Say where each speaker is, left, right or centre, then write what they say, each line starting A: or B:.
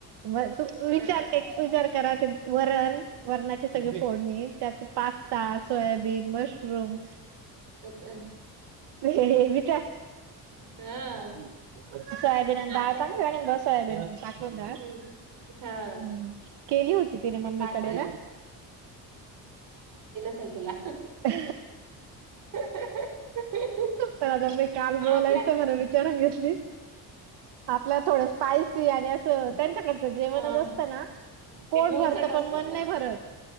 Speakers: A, on the right; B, on the right.
A: म तू विचार
B: हां.
A: एक विचार करा ते वरण वरणाची सगळी फोडणी, त्यात पास्ता, सोयाबीन, मशरूम
B: ह हमं
A: हे विचार
B: हां,
A: सोयाबीन अन् दाळ
B: आपल्या
A: चांगली लगीन, रोज सोयाबीन टाकून डाळ
B: हं,
A: हम्म
B: हां,
A: केली होती तिने
B: ते
A: मम्मीकडे
B: पास्ता
A: ना?
B: चल तुला
A: अ
B: <unintelligible>
A: पण आता मी काल बोलायचं
B: आपल्या
A: म्हणून विचारून घेतली. आपल्या थोड स्पायसी आणि अस त्यांच्याक जेवणच
B: हां,
A: असतं ना पोट
B: ते गुळचट
A: भरत,
B: असतं
A: पण मन
B: त्यांचं.
A: नाही भरत.